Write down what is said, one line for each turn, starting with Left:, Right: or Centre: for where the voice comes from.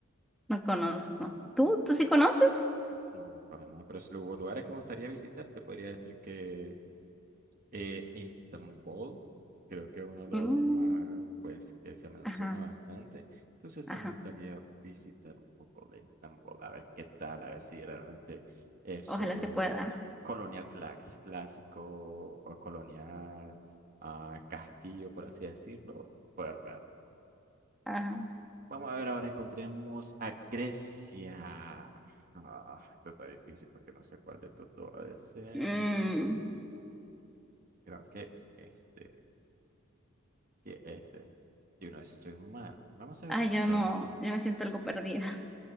Centre: no conozco. ¿Tú? ¿Tú sí conoces?
Right: No, no, para nada. Pero si lu- lugares que me gustaría visitar, te podría decir que eh, Estambul, creo que es uno de los
Centre: Mm,
Right: más, pues, que se menciona
Centre: ajá,
Right: bastante. Entonces
Centre: ajá,
Right: sí me gustaría visitar un poco de Estambul, a ver qué tal, a ver si realmente eso
Centre: ojalá se pueda.
Right: colonial clax- clásico o colonial ah, castillo, por así decirlo, poder verlo.
Centre: Ajá.
Right: Vamos a ver, ahora encontremos a Grecia. Ah, esto está difícil porque no sé cuál de estos dos ha de ser.
Centre: Mm,
Right: Creo que este, que este. Yo no estoy mal. Vamos a ver
Centre: ay,
Right: qué
Centre: yo
Right: tal.
Centre: no, yo me siento algo perdida.